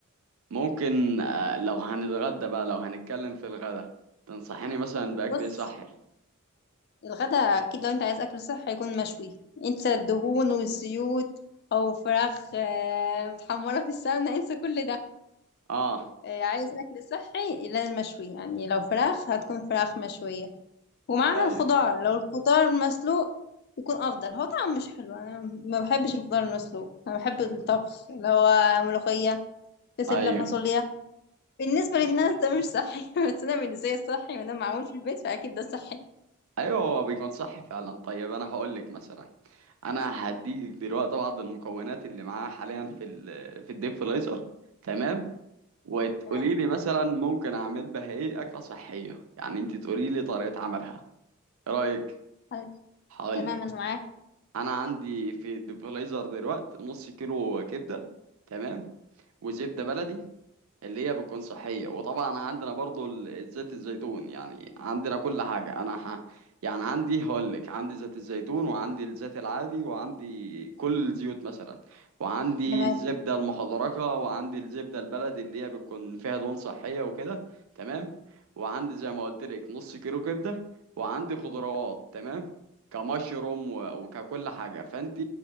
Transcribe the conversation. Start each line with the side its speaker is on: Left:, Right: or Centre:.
Right: ممكن آه، لو هنتغدى بقى لو هنتكلم في الغدا تنصحيني مثلا باكل
Left: بص
Right: إيه صحي
Left: الغدا اكيد لو انت عايز اكل صحي هيكون مشوي انسى الدهون والزيوت او فراخ آه، متحمره في السمنه انسى كل ده
Right: اه
Left: آه، عايز أكل صحي لازم مشوي يعني لو فراخ هتكون فراخ مشوية ومعاها
Right: ايوه
Left: الخضار لو الخضار مسلوق يكون أفضل هو طعمه مش حلو أنا ما بحبش الخضار المسلوق أنا بحب الطبخ اللي هو ملوخية بسلة
Right: ايوه
Left: فاصوليا بالنسبة للناس ده مش صحي <laughs> بس أنا بالنسبة لي صحي وأنا معمول في البيت فأكيد ده صحي
Right: ايوه هو بيكون صح فعلا طيب انا هقول لك مثلا انا هديك دلوقتي بعض المكونات اللي معاها حاليا في ال في الديب فريزر تمام وتقولي
Left: تمام
Right: لي مثلا ممكن اعمل بها ايه اكله صحيه يعني انت تقولي لي طريقه عملها ايه رايك
Left: حلو.
Right: هقول
Left: تمام
Right: لك
Left: أنا معاك
Right: انا عندي في الديب فريزر دلوقتي نص كيلو كبده تمام وزبده بلدي اللي هي بتكون صحية وطبعا عندنا برضو ال- زيت الزيتون يعني عندنا كل حاجة أنا ح... يعني عندي هقولك عندي زيت الزيتون وعندي الزيت العادي وعندي كل الزيوت مثلا وعندي
Left: تمام
Right: الزبدة المحضركة وعندي الزبدة البلدي اللي هي بتكون فيها دهون صحية وكده تمام وعندي زي ما قلت لك نص كيلو كبدة وعندي خضروات تمام كمشروم و- وككل حاجة فأنت